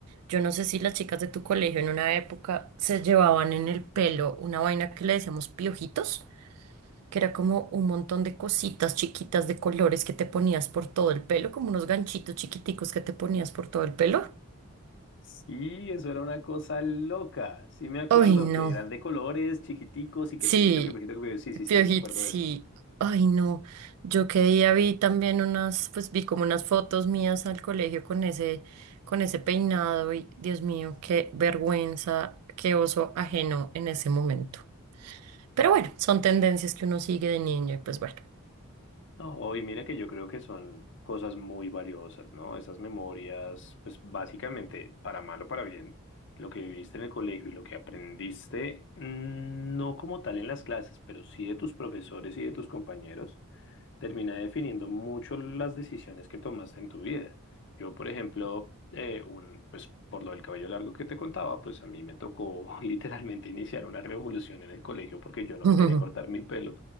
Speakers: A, on the right (about 85°); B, on the left (about 55°).
A: Yo no sé si las chicas de tu colegio en una época se llevaban en el pelo una vaina que le decíamos piojitos, que era como un montón de cositas chiquitas de colores que te ponías por todo el pelo, como unos ganchitos chiquiticos que te ponías por todo el pelo.
B: Sí, eso era una cosa loca. Sí me acuerdo
A: Uy, no.
B: que eran de colores chiquiticos y que
A: Sí,
B: piojito, que piojito, que piojito. Sí, sí, sí,
A: Piojit,
B: yo me acuerdo
A: sí.
B: de eso.
A: Ay, no. Yo qué día vi también unas, pues vi como unas fotos mías al colegio con ese, con ese peinado y Dios mío, qué vergüenza, qué oso ajeno en ese momento. Pero bueno, son tendencias que uno sigue de niño y pues bueno.
B: No, y mira que yo creo que son cosas muy valiosas, ¿no? Esas memorias, pues básicamente, para mal o para bien, lo que viviste en el colegio y lo que aprendiste, mm, no como tal en las clases, pero sí de tus profesores y de tus compañeros, termina definiendo mucho las decisiones que tomaste en tu vida. Yo, por ejemplo, eh, un, pues por lo del cabello largo que te contaba, pues a mí me tocó <laughs> literalmente iniciar una revolución en el colegio porque yo no
A: <laughs>
B: me quería cortar mi pelo.